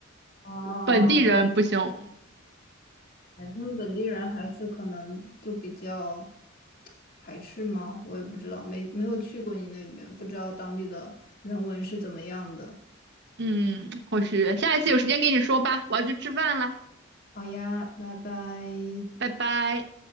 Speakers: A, on the left; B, on the right.
A: 哦，
B: 本地人不行，
A: 我哎，他们本地人还是可能就比较排斥吗？我也不知道，没没有去过你那边，不知道当地的人文是怎么样的。
B: 嗯，或许下一次有时间跟你说吧，我要去吃饭啦，
A: 好呀，拜拜。
B: 拜拜。